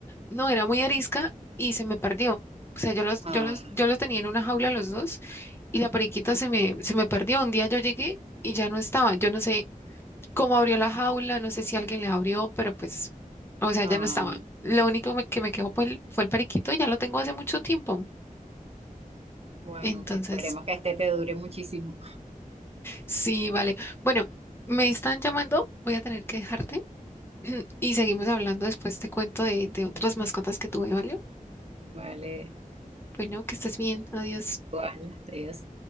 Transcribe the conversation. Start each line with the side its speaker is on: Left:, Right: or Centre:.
Left: No, era muy arisca y se me perdió. O sea, yo los,
Right: Ah,
Left: yo los, yo los tenía en una jaula los dos y la periquita se me, se me perdió. Un día yo llegué y ya no estaba. Yo no sé cómo abrió la jaula, no sé si alguien le abrió, pero pues, o sea,
Right: ah,
Left: ya no estaba. Lo único me- que me quedó fue el, fue el periquito y ya lo tengo hace mucho tiempo.
Right: bueno,
Left: Entonces,
Right: esperemos que este te dure muchísimo.
Left: sí, vale. Bueno, me están llamando, voy a tener que dejarte <clears throat> y seguimos hablando después. Te cuento de, de otras mascotas que tuve, ¿vale?
Right: Vale,
Left: Bueno, que estés bien. Adiós.
Right: igual, adiós.